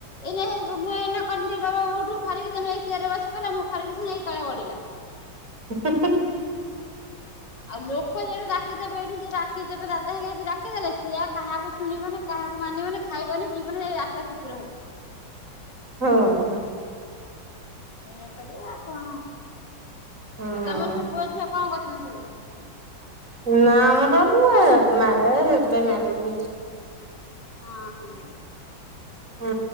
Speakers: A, on the left; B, on the right.
A: ଏଇନାକ ମୁଁ ଏଇନା କହିନି ଟିକେ ବାବା ଉଠୁ ଖରିକି ଦେମି ଏଇ ଚିଆର ବସି ପଇଲା ମୁଁ ଖରିକି <unintelligible> ଏଇ ତଳେ ଗଡିଲା।
B: ହୋ ହୋ ହୋ।
A: ଆଉ ଲୋକ ଯଦି ଡା କିଦେବେ ଏଇଠି ଯିଏ ଡାକିଦେବେ ଦାଦା ହେକା ଯ ଡାକିଦେଲେ ସିଏ ଆଉ କାହାକୁ ଶୁଣିବନା, କାହାକୁ ମାନିବନି, ଖାଇବନିି, ପିଇବନି ଯାଇ ରାସ୍ ତା କୁକୁର ହଗିବ।
B: ହଁ, ହଁ।
A: ଏଇଆ କରିବ ଆଉ କଣ।
B: ହୁଁ
A: ଆଉ ତୋମର ସବୁ ପୁଅ ଝିଅ କଣ କରୁଛନ୍ତି ସବୁ?
B: ନା ଆମର ଏବେ ମା- ଏ ଏବେ ମ୍ୟାରେଜ୍ ହେଇଛି।
A: ହଁ ହୁଁ।
B: ହୁଁ।